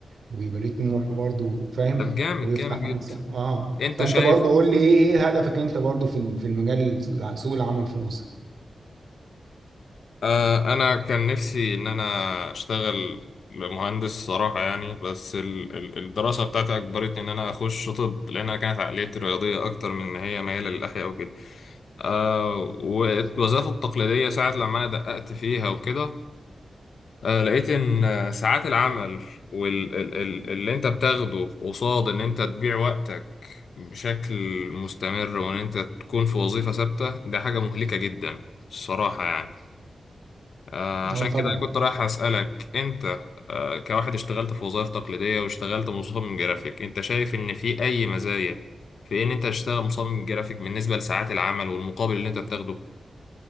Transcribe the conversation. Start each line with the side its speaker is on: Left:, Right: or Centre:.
Right: ويبقى ليه طموح برضو فاهم
Left: طب جامد
Right: ويفتح
Left: جامد جدا
Right: مثلا اه
Left: انت
Right: فانت
Left: شايف
Right: برضو قول لي ايه ايه هدفك انت برضو في ال- في المجال ال- سوق العمل في مصر
Left: آه انا كان نفسي ان انا اشتغل مهندس صراحه يعني بس ال- ال- الدراسه بتاعتي اجبرتني ان انا اخش طب لانها كانت عقليتي رياضيه اكتر من ان هي مايله للاحياء آه والوظائف التقليدية ساعة لما أنا دققت فيها وكده آه لقيت إن آه، ساعات العمل واللي أنت بتاخده قصاد إن أنت تبيع وقتك بشكل مستمر وإن أنت تكون في وظيفة ثابتة ده حاجة مهلكة جدا الصراحة يعني آه عشان
Right: اه طبعا
Left: كده كنت رايح أسألك أنت آه كواحد اشتغلت في وظائف تقليدية واشتغلت مصمم جرافيك أنت شايف إن في أي مزايا في إن أنت تشتغل مصمم جرافيك بالنسبة لساعات العمل والمقابل اللي أنت بتاخده؟